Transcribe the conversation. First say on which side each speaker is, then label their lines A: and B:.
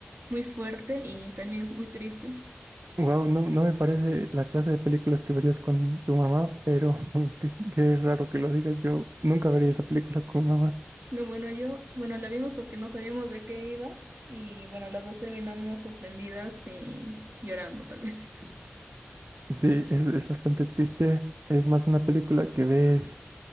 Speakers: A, on the right; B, on the right.
A: muy fuerte y también es muy triste.
B: Wow, no, no me parece la clase de películas que verías con tu mamá, pero <laughs> qué, qué raro que lo digas. Yo nunca vería esa película con mamá.
A: No, bueno, yo, bueno, la vimos porque no sabíamos de qué iba y bueno, las dos terminamos sorprendidas y llorando tal vez. <laughs>
B: Sí, es, es bastante triste. Es más una película que ves